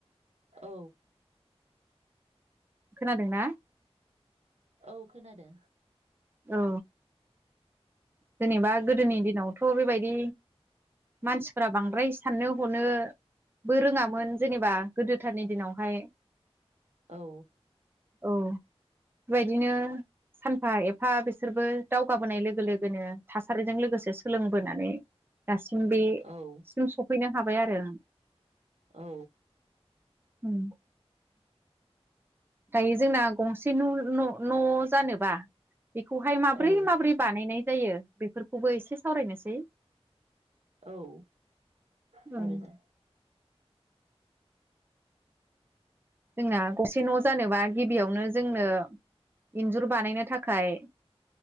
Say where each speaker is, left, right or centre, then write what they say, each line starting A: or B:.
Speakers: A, on the right; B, on the right.
A: औ।
B: खोनादों ना?
A: औ खोनादों।
B: औ जेनेबा गोदोनि दिनावथ' बेबायदि मानसिफ्रा बांद्राय साननो हनोबो रोङामोन जेनेबा गोदोथारनि दिनावहाय।
A: औ।
B: औ बेबायदिनो सानफा एफा बिसोरबो दावगाबोनाय लोगो लो गोनो थासारिजों लोगोसे सोलोंबोनानै दासिम बेसिम
A: औ
B: सफैनो हाबाय आरो
A: औ
B: ओं। उम दायो जोंना गंसे न'-न'-न जानोबा बेखौहाय माब्रै
A: औ
B: माब्रै बानायनाय बेफोरखौबो एसे सावरायनोसै।
A: औ सावरायजा
B: ओं जोंना गसे न' जानोबा गिबियावनो जोंनो इन्जुर बानायनो थाखाय